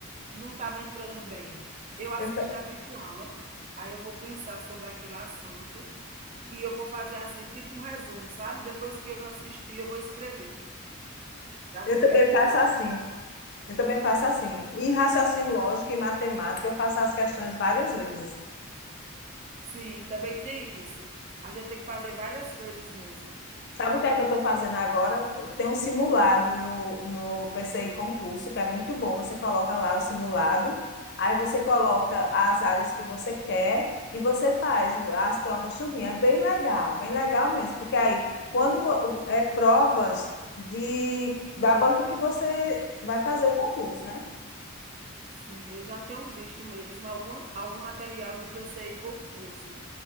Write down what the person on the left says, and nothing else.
eu, ta-
eu
também
faço
assim. Eu também faço assim. Em raciocínio lógico e matemática, eu faço as questões várias vezes.
Sabe o que é que eu estou fazendo agora? Tem um simulado no, no PCI concurso, que é muito bom. Você coloca lá o simulado, aí você coloca as áreas que você quer e você faz as provas tudinho. É bem legal, bem legal mesmo, porque aí quando vo- é provas de da banca que você vai fazer o concurso, né?